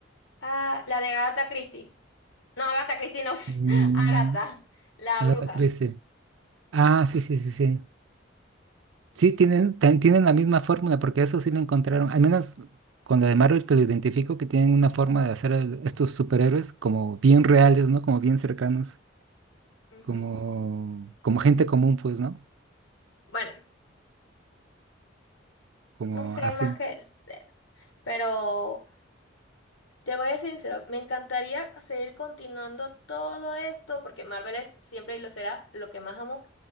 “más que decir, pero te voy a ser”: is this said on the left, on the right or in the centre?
Left